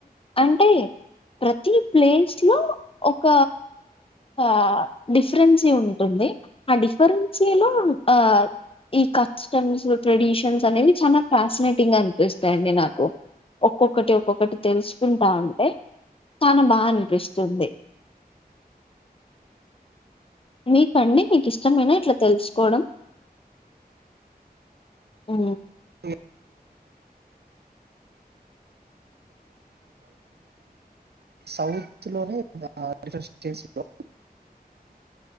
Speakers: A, on the left (about 35°); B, on the right (about 85°).
A: అంటే ప్రతి ప్లేస్ లో ఒక ఆ డిఫరెన్సీ ఉంటుంది, ఆ డిఫరెన్సీలో ఆ ఈ కస్టమ్స్ ట్రెడిషన్స్ అనేవి చాలా ఫ్యాసినేటింగ్ అనిపిస్తాయండి, నాకు ఒక్కొక్కటి ఒక్కొక్కటి తెలుసుకుంటా ఉంటే చానా బాగా అనిపిస్తుఉంటాయి, మీకండి మీకు ఇష్టమైన ఇట్లా తెలుసుకోవడం, ఉ
B: <unintelligible> సౌత్ లోనే డిఫరెంట్ స్టేట్స్ లో